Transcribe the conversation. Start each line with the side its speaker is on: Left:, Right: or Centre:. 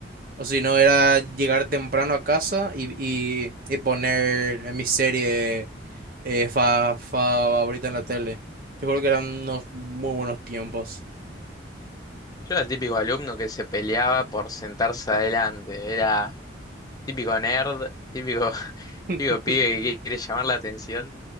Right: O si no, era llegar temprano a casa y, y, y poner en mi serie eh, fa, favorita en la tele. Te juro que eran unos muy buenos tiempos.
Left: Yo era el típico alumno que se peleaba por sentarse adelante, era... Típico nerd, típico, <laughs>
Right: <laughs>
Left: típico pibe que quiere llamar la atención.